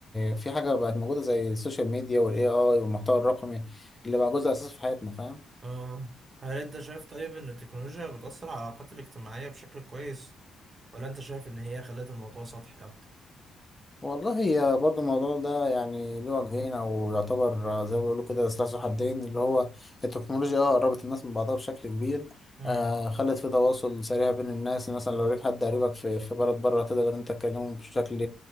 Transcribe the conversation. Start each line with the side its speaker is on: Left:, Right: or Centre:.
Left: في حاجة بقت موجودة زي السوشيال ميديا وال AI والمحتوى الرقمي اللي بقى جزء أساسي في حياتنا فاهم
Right: اه هل انت شايف طيب ان التكنولوجيا بتأثر على العلاقات الاجتماعية بشكل كويس ولا انت شايف ان هي خلت الموضوع سطحي اكتر
Left: والله هي برضه الموضوع ده يعني له وجهين او يعتبر آه، زي ما بيقولوا كده سلاح ذو حدين اللي هو التكنولوجيا اه قربت الناس من بعضها بشكل كبير
Right: امم
Left: آه خلت في تواصل سريع بين الناس مثلا لو ليك حد قريبك في في بلد بره تقدر انت تكلمه بشكل